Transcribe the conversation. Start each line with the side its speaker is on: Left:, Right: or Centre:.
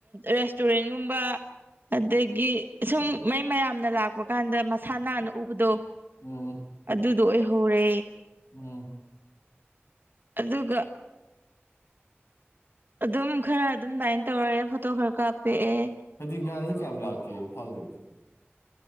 Right: ꯔꯦꯁꯇꯨꯔꯦꯟꯒꯨꯝꯕ ꯑꯗꯒꯤ ꯁꯨꯝ ꯃꯩ ꯃꯌꯥꯝꯅ ꯂꯥꯛꯄ ꯀꯥꯟꯗ ꯃꯁꯥ ꯅꯥꯟꯅ ꯎꯕꯗꯣ
Left: ꯎꯝ
Right: ꯑꯗꯨꯗꯣ ꯑꯣꯏꯍꯧꯔꯦ
Left: ꯎꯝ
Right: ꯑꯗꯨꯒ ꯑꯗꯨꯝ ꯈꯔ ꯑꯗꯨꯝ ꯗꯥꯏꯟ ꯇꯧꯔꯑꯦ ꯐꯣꯇꯣ ꯈꯔ ꯀꯥꯞꯄ‌ꯦꯑꯦ
Left: ꯍꯩꯗꯤꯡꯒꯖ‌ꯦ ꯀꯌꯥꯝ ꯂꯥꯞꯀꯦ ꯏꯝꯐꯥꯜꯗꯒꯤ